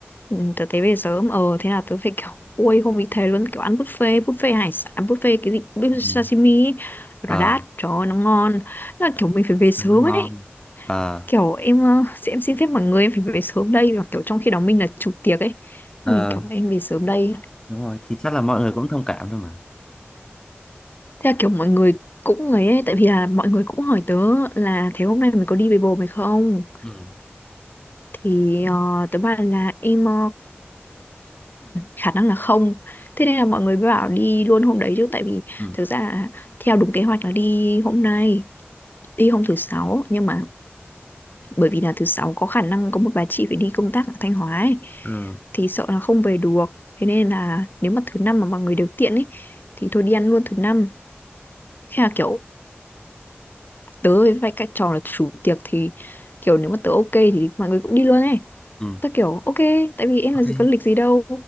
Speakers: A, on the left; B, on the left.
A: Ừ, tớ tới về sớm ờ thế là tớ phải kiểu ôi không bị thế luôn kiểu ăn buffet buffet hải sản buffet cái gì buffet
B: ừ,
A: sashimi ấy. nó
B: ờ,
A: đắt trời ơi, nó ngon Nó là kiểu mình phải về sớm
B: cái nó ngon,
A: ấy
B: ờ,
A: kiểu em ờ, sẽ- em xin phép mọi người em phải về sớm đây và kiểu trong khi đó mình là chủ tiệc ấy
B: ờ,
A: mình kiểu em về sớm đây
B: đúng rồi, thì chắc là mọi người cũng thông cảm thôi mà.
A: Theo kiểu mọi người cũng ấy, ấy, tại vì là mọi người cũng hỏi tớ là thế hôm nay mình có đi với bồ mày không?
B: Ừ,
A: Thì ờ, tớ bảo là em ờ, khả năng là không. Thế nên là mọi người mới bảo đi luôn hôm đấy chứ tại vì
B: ừ,
A: thực ra là theo đúng kế hoạch là đi hôm nay, đi hôm thứ sáu nhưng mà bởi vì là thứ sáu có khả năng có một bà chị phải đi công tác ở Thanh Hóa ấy,
B: ừ,
A: thì sợ là không về được. Thế nên là nếu mà thứ năm mà mọi người đều tiện ấy thì thôi đi ăn luôn thứ năm. Thế là kiểu tớ với vai các trò là chủ tiệc thì kiểu nếu mà tớ ok thì mọi người cũng đi luôn ấy
B: ừ,
A: tớ kiểu ok tại vì em
B: ok,
A: là gì có lịch gì đâu